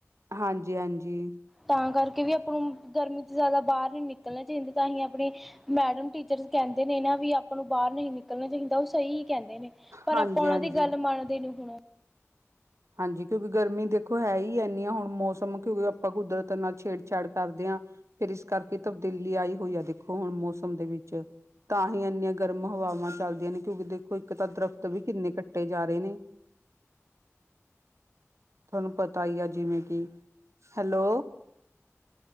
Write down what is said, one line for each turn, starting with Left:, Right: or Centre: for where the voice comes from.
Right: ਹਾਂਜੀ ਹਾਂਜੀ
Centre: ਤਾਂ ਕਰਕੇ ਵੀ ਆਪਾਂ ਨੂੰ ਗਰਮੀ ਚ ਜ਼ਿਆਦਾ ਬਾਹਰ ਨਹੀਂ ਨਿਕਲਣਾ ਚਾਹੀਦਾ ਤਾਂ ਹੀ ਆਪਣੀ ਮੈਡਮ ਟੀਚਰਜ਼ ਕਹਿੰਦੇ ਨੇ ਨਾ ਵੀ ਆਪਾਂ ਨੂੰ ਬਾਹਰ ਨਹੀਂ ਨਿਕਲਣਾ ਚਾਹੀਦਾ ਉਹ ਸਹੀ ਕਹਿੰਦੇ ਨੇ ਪਰ
Right: ਹਾਂਜੀ
Centre: ਆਪਾਂ ਉਹਨਾਂ
Right: ਹਾਂਜੀ
Centre: ਦੀ ਗੱਲ ਮੰਨਦੇ ਨੀ ਹੁਣ
Right: ਹਾਂਜੀ ਕਿਉਂਕਿ ਗਰਮੀ ਦੇਖੋ ਹੈ ਹੀ ਇਨੀ ਆ ਹੁਣ ਮੌਸਮ ਕਿਉਂਕਿ ਆਪਾਂ ਕੁਦਰਤ ਨਾਲ ਛੇੜਛਾੜ ਕਰਦੇ ਆ ਫਿਰ ਇਸ ਕਰਕੇ ਤਬਦੀਲੀ ਆਈ ਹੋਈ ਆ ਦੇਖੋ ਹੁਣ ਮੌਸਮ ਦੇ ਵਿੱਚ ਤਾਂ ਹੀ ਇੰਨੀਆਂ ਗਰਮ ਹਵਾਵਾਂ ਚੱਲਦੀਆਂ ਨੇ ਕਿਉਂਕਿ ਦੇਖੋ ਇੱਕ ਤਾਂ ਦਰਖਤ ਵੀ ਕਿੰਨੇ ਕੱਟੇ ਜਾ ਰਹੇ ਨੇ ਤੁਹਾਨੂੰ ਪਤਾ ਹੀ ਆ ਜਿਵੇਂ ਕਿ hello